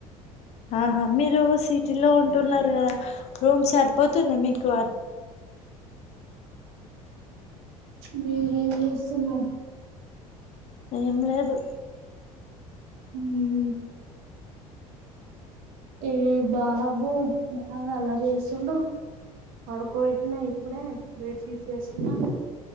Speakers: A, on the left (about 35°); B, on the right (about 55°).
A: ఆహా మీ రు సిటీలో ఉంటున్నారు కదా రూమ్ సరిపోతుందా మీకు <unintelligible>
B: మీరేం చేస్తున్నా
A: ఏం లేదు
B: మ్మ్ ఏ బాబు బాగా అల్లరి చేస్తుండు పడుకోబెట్టిన ఇప్పుడే బేడ్ తీసేస్తున్నా